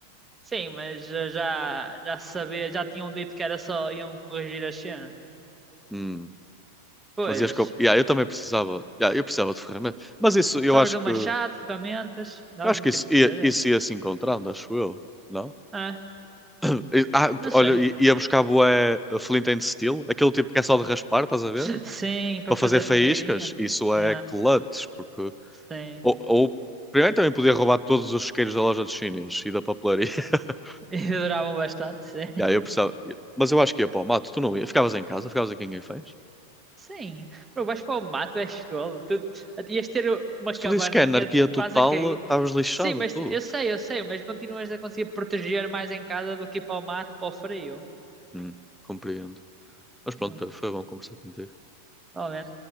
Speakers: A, on the right; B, in the centre.
A: Sim, mas já, já já se sabia, já tinham dito que era só iam corrigir a cena.
B: Hum,
A: Pois,
B: mas ias com... yeah, eu também precisava. Yeah, eu precisava de ferramentas. Mas isso, eu
A: sabes
B: acho
A: do
B: que.
A: machado,
B: Eu
A: ferramentas, dá-me
B: acho que
A: tipo,
B: isso ia,
A: meu Deus.
B: isso ia se encontrando, acho eu. Não?
A: Ah,
B: <clears throat> E- Ah,
A: não sei.
B: olha, i- ia buscar bué uh, Flint and Steel, aquele tipo que é só de raspar, estás a ver?
A: <laughs> Sim, para
B: Para
A: fazer
B: fazer faíscas,
A: fogueirinha.
B: isso é
A: É,
B: clutch, porque.
A: sim.
B: Ou,
A: <laughs>
B: ou- primeiro também podia roubar todos os isqueiros da loja dos chineses e da papelaria. <laughs>
A: E duravam bastante, sim.
B: Yeah, eu precisava... Mas eu acho que ia para o mato, tu não ia. Ficavas em casa, ficavas aqui em Guinfãs.
A: Sim. Bro, vais para o mato, és tolo. Tu ias ter uma
B: Se
A: cabaninha
B: tu dizes que é anarquia total,
A: quase a cair.
B: estavas lixado,
A: Sim, mas
B: tu.
A: eu sei, eu sei, mas continuas a conseguir proteger mais em casa do que ir para o mato, para o frio.
B: Hum, compreendo. Mas pronto,
A: Hum.
B: Pedro, foi bom conversar contigo.
A: ó, né